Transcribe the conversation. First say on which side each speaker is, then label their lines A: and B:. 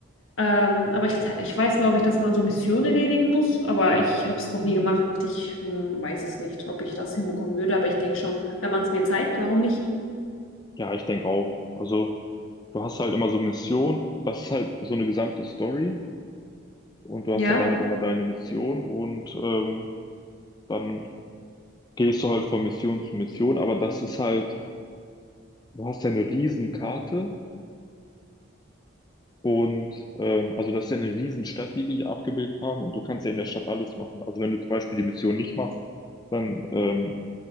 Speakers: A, on the left; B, on the left.
A: Ähm, aber ich, ich weiß, glaube ich, dass man so Missionen erledigen muss, aber ich habe es noch nie gemacht. Ich hm, weiß es nicht, ob ich das hinbekommen würde, aber ich denke schon, wenn man es mir zeigt, warum nicht?
B: Ja, ich denke auch. Also, du hast halt immer so Missionen. Das ist halt so eine gesamte Story. Und du
A: Ja.
B: hast dann da halt immer deine Mission und ähm, dann gehst du halt von Mission zu Mission, aber das ist halt, du hast ja eine Riesenkarte und ähm, also das ist ja eine Riesenstadt, die die hier abgebildet haben und du kannst ja in der Stadt alles machen. Also wenn du zum Beispiel die Mission nicht machst, dann ähm,